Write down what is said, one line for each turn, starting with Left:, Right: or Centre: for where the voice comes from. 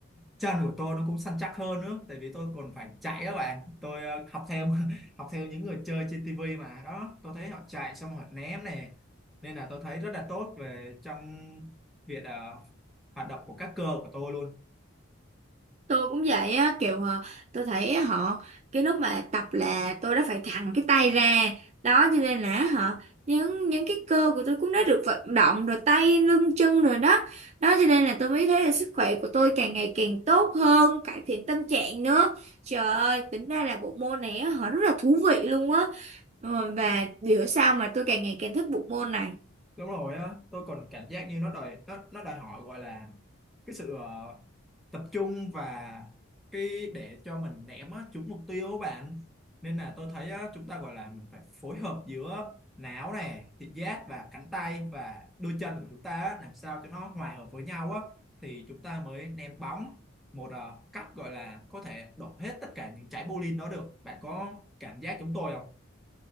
Centre: chân của tôi nó cũng săn chắc hơn nữa tại vì tôi còn phải chạy đó bạn tôi ờ, học theo <laughs> học theo những người chơi trên tivi mà đó tôi thấy họ chạy xong họ ném này nên là tôi thấy rất là tốt về trong việc ờ, hoạt động của các cơ của tôi luôn
Right: tôi cũng vậy á kiểu ờ, tôi thấy họ cái lúc mà tập là tôi đã phải thẳng cái tay ra đó cho nên là họ những những cái cơ của tôi cũng đã được vận động rồi tay lưng chân rồi đó đó cho nên là tôi mới thấy là sức khỏe của tôi càng ngày càng tốt hơn cải thiện tâm trạng nữa trời ơi tính ra là bộ môn này á, họ rất là thú vị luôn á Ờ, và bữa sau mà tôi càng ngày càng thích bộ môn này
Centre: Đúng rồi á, tôi còn cảm giác như nó đòi nó nó đòi hỏi gọi là cái sự ờ, tập trung và cái để cho mình ném á, trúng mục tiêu á bạn. Nên là tôi thấy á, chúng ta gọi là mình phải phối hợp giữa não nè, thị giác và cánh tay và đôi chân của chúng ta á, làm sao cho nó hòa hợp với nhau á thì chúng ta mới ném bóng một ờ, cách gọi là có thể đổ hết tất cả những trái bowling đó được. Bạn có cảm giác chúng tôi không?